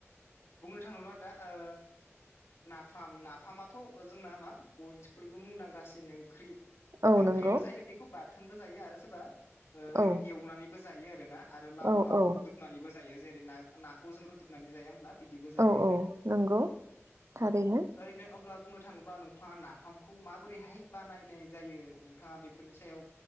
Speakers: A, on the left; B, on the right.
A: बुंनो थाङोब्ला दा ओ नाफाम नाफामाथ जोंना मा बयनिख्रुयबो मुंदांखासिन ओंख्रि
B: औ
A: ओंख्रिबो
B: नंगौ
A: जायो बेखौ बाथोनबो जायो आरो सोरबा। ओ ओरैनो
B: औ
A: एवनानैबो जायो आरोना आरो लाव
B: औ
A: लाव
B: औ
A: रुदुबनानैबो जायो जेरै ना नाखौ जों रुदुबनानै जायो होमब्ला बिदिबो जायो
B: औ
A: आरो
B: औ नंगौ थारैनो
A: औ ओरैनो अब्ला बुंनो थाङोब्ला नोंथाङा नाफामखौ माबोरैहाय बानायनाय जायो नोंथाङा बेफोरनि सायाव